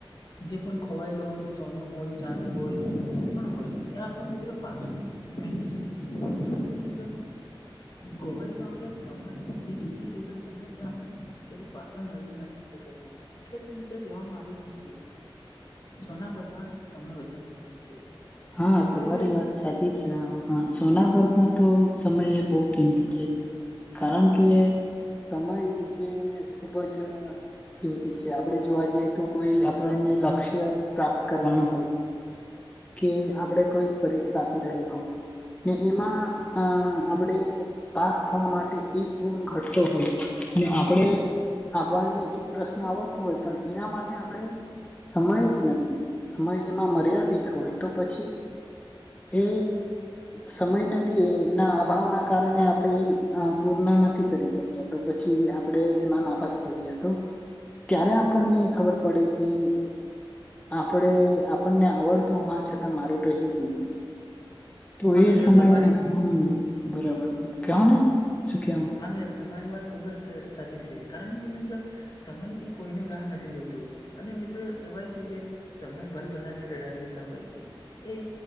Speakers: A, on the left; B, on the left.
A: જે પણ ખોવાયેલું હોય, સોનુ હોય, ચાંદી હોય, જે પણ હોય એ આપડે મિત્ર પાસુ મેળવી સકીએ છીએ, પરંતુ મિત્ર ગોવાયેલો આપણે સમય જે વીતી ગેલો સમય એ આપડે કેયારે પાસો મેળવી નથી સકેતો એટલે ત મિત્ર કેવામાં આવે છે કે સોના કરતા સમય વધારે કિંમતી છે.
B: હા, તમારી
A: એટલે
B: વાત સા ચી છે. અ અ સોના કરતા તો સમય એ બઉ કિંમતી છે. કારણ કે, સમય એ ખુબ જ કિમતી છે. આપડે જોવા જઈએ તો કોઈ આપણને લક્ષ્ય પ્રાપ્ત કરવાનું હોય. કે આપડે કોઈ પરીક્ષા આપી રહ્યા હોય. ને એમાં અ આપડે પાસ થવા માટે એક ગુણ ઘટતો હોય. આપડણેે આપણને એક પ્રશ્ન આવડતો હોય પણ એના માટે આપણે સમય જ નથી. સમય એમાં મર્યાદિત હોય તો પછી એ... સમય નથી, એના અભાવ ના કારણે આપડણેે પૂર્ણ નથી. કરી શક્યા તો પછી આપડે એમાં નાપાસ થઈ ગયા તો ક્યારે આપણને ખબર પડે કે આપડે આપણને આવડતું હોવા છતાં મારું રહી ગીયું. તો
A: હા
B: એ
A: મિત્રો
B: સમયે
A: તમારે
B: હમ, બરાબર. કહો ને સુ કિયામાં
A: હા મિત્ર, તમારી વાત ખૂબ જ સ સાજી સે. કારણ કે મિત્ર, સમય એ કોઈનુ રાહ નથી જોતું. અને મિત્ર કેવાય સે કે, સમય ભલ ભલાને રડાવી દેતા હોય છે. એ